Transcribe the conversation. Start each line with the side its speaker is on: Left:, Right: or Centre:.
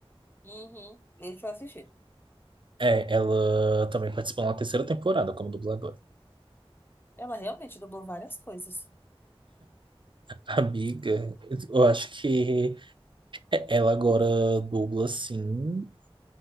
Left: uhum. Esse eu assisti.
Right: é, ela também participou na terceira temporada como dubladora.
Left: Ela realmente dublou várias coisas.
Right: Amiga, eu acho que ela agora dubla sim,